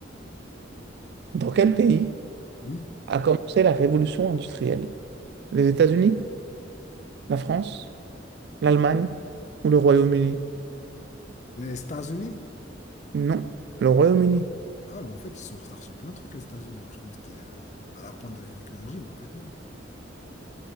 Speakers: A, on the right (about 60°); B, on the left (about 40°).
A: dans quel pays
B: Oui.
A: a commencé la révolution industrielle? Les États-Unis, la France, l'Allemagne ou le Royaume-Uni?
B: Les États-Unis?
A: Non, le Royaume-Uni.
B: Ah, mais en fait, ils sont en retard sur plein de trucs, les États-Unis. Moi, je croyais que c'était euh, à la pointe de la technologie, mais en fait, non.